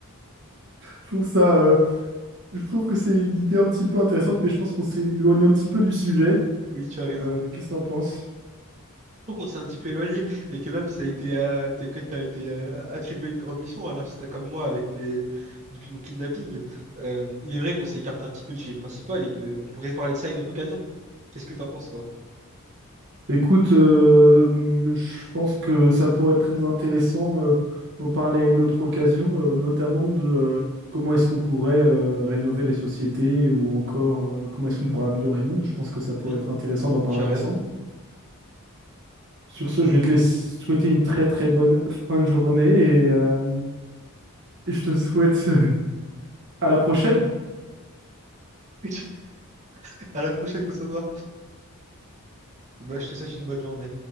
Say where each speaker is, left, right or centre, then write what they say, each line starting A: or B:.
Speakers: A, on the right; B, on the right.
A: Je trouve ça euh, Je trouve que c'est une idée un petit peu intéressante, mais je pense qu'on s'est éloigné un petit peu du sujet.
B: Oui, tu as raison.
A: Euh, qu'est-ce que t'en penses?
B: Donc on s'est un petit peu éloigné et que même si t'as été, euh, t'as- que t'as été euh, attribué une grande mission, alors c'était comme moi avec mes depuis mon kidnapping, euh, il est vrai qu'on s'est écarté un petit peu du sujet principal et qu'on pourrait parler de ça à une autre occasion. Qu'est-ce que t'en penses, toi?
A: Écoute, euh, hum, je pense que ça pourrait être très intéressant euh, d'en parler à une autre occasion, euh, notamment de euh, comment est-ce qu'on pourrait euh, rénover les sociétés ou encore euh, comment est-ce qu'on pourrait améliorer le monde. Je pense que ça pourrait
B: Oui,
A: être intéressant d'en parler
B: tu as raison.
A: ensemble. Sur ce, je vais te laisser souhaiter une très très bonne fin de journée et, euh, et je te souhaite <laughs> à la prochaine.
B: <laughs> À la prochaine, Constantin. Bah, je te souhaite une bonne journée.